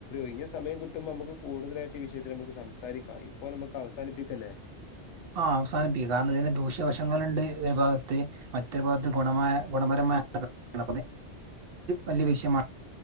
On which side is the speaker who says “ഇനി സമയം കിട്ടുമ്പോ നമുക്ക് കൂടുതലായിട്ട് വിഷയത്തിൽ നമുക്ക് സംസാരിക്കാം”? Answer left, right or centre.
Left